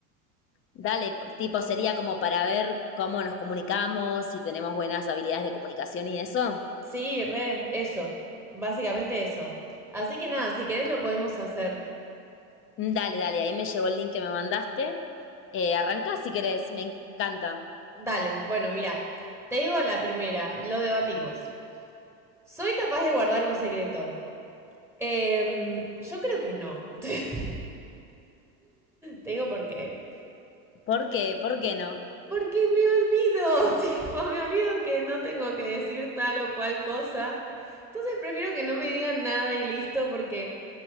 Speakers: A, on the left; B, in the centre.
A: Dale, tipo, sería como para ver cómo nos comunicamos, si tenemos buenas habilidades de comunicación y eso.
B: Sí, re, eso, básicamente eso. Así que nada, si querés lo podemos hacer.
A: Mm, Dale, dale, ahí me llegó el link que me mandaste. Eh, arrancá si querés, me encanta.
B: Dale, bueno, mira, te digo la primera, lo debatimos. ¿Soy capaz de guardar un secreto? Em, yo creo que no. <laughs> Te digo por qué.
A: ¿Por qué? ¿Por qué no?
B: Porque me olvido, <laughs> tipo, me olvido que no tengo que decir tal o cual cosa. Entonces prefiero que no me digan nada y listo, porque